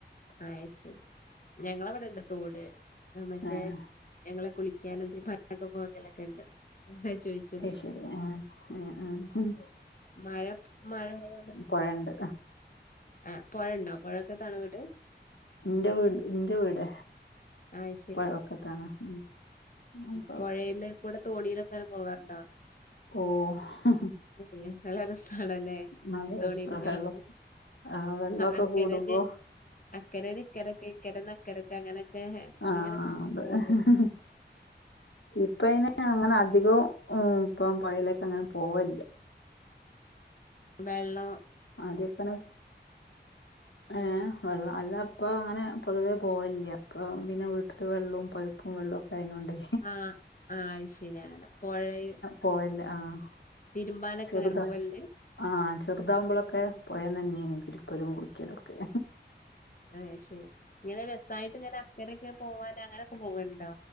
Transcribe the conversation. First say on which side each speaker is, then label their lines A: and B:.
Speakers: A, on the left; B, on the left.
A: അയ് ശെരി ഞങ്ങളവിടെണ്ട് തോട് മറ്റേ
B: ഏഹ്
A: ഞങ്ങള് കുളിക്കാനും തിരു പണ്ടൊക്കെ പോചലൊക്കെണ്ട് മുൻപേ ചോദിച്ചത്.
B: അയ്ശരി ആഹ് ആഹ് ആഹ്
A: മഴ മഴയായോണ്ട്
B: പൊഴെണ്ട്
A: ആഹ് പൊഴെണ്ടോ പൊഴവക്കത്താണോ വീട്?
B: ഇന്റെ വീട് ഇന്റെ വീട്
A: ആഹ്
B: പുഴ വക്കത്താണ് ഉം അപ്പൊ
A: പുഴയില് കൂടെ തോണിയിലൊക്കെ ഇങ്ങനെ പോകാറുണ്ടോ?
B: ഓഹ്‌
A: <unintelligible> നല്ല രസമാണല്ലേ
B: നല്ല
A: തോണിയില്
B: രസാ
A: ഇങ്ങനെ
B: വെള്ളം
A: പോകാൻ.
B: ആഹ് വെള്ളൊക്കെ
A: അക്കരല്.
B: കൂടുമ്പോ
A: അക്കര ഇക്കരൊക്ക ഇക്കരയിന്ന് അക്ക കെടക്കാ അങ്ങനേക്കേ
B: ആഹ്
A: അങ്ങനക്കെ <unintelligible>
B: അതെ ഇപ്പ അങ്ങനെ അധികവും ഉം ഇപ്പം പുഴയിലേക്കു അങ്ങനെ പോവലില്ല.
A: വെള്ളോ
B: ആദ്യോക്കെനെ അഹ് ഏഹ് വെള്ളം അല്ല അപ്പം അങ്ങനെ പൊതുവേ പോവലില്ല അപ്പൊ പിന്നെ <unintelligible> വെള്ളവും പൈപ്പും വെള്ളവും ഒക്കെ ആയ്നോണ്ടെ
A: ആഹ് ആഹ് അത് ശരി അങ്ങനെ പൊഴയും
B: പോയന്ത് ആഹ്
A: തിരുമ്പാനൊക്കെ
B: ചെറുതാ
A: അങ്ങനെ പോവലിണ്ട്
B: ആഹ് ചെറുതാവുമ്പോളൊക്കെ പുഴയുന്ന് നീന്തലും തിരുമ്മലും കുളിക്കലൊക്കെ
A: ആഹ് അത് ശരി ഇങ്ങനെ രസായിട്ട് ഇങ്ങനെ അക്കരക്ക് പോവാനങ്ങനെക്കെ പോവലുണ്ടോ?